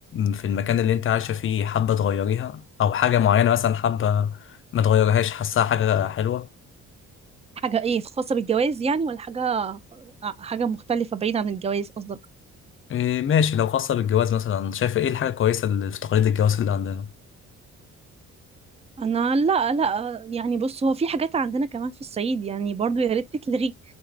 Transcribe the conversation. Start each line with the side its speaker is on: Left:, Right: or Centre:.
Left: في المكان اللي أنت عايشة فيه حابة تغيريها أو حاجة معينة مثلا حابة ما تغيرهاش حاساها حاجة حلوة
Right: حاجة ايه خاصة بالجواز يعني ولا حاجة آه، حاجة مختلفة بعيد عن الجواز قصدك
Left: آه، ماشي لو خاصة بالجواز مثلا شايفة إيه الحاجة كويسة اللي في تقليد الجواز اللي عندنا
Right: انا لا لا يعني بص هو في حاجات عندنا كمان في الصعيد يعني برضو يا ريت تتلغي